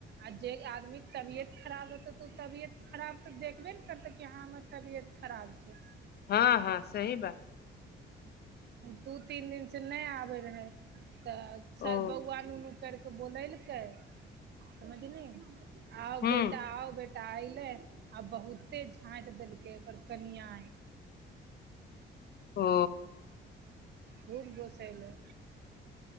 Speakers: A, on the right; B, on the left.
A: आ जे आदमीके तबियत खराब रहतौ तऽ, ओ तबियत खराब तऽ देखबे ने करतै कि, हँ हमर तबियत खराब छै।
B: हँ- हँ, सही बात।
A: दू तीन दिनसँ नहि आबै रहै, तऽ साय
B: ओ
A: बौआ करके बोलेलकै, समझली, आओ
B: हूँ
A: बेटा, आओ बे टा अयलै, आ बहुते झाँइट देलकै ओकर कनिया।
B: ओ।
A: खूब गोसेले।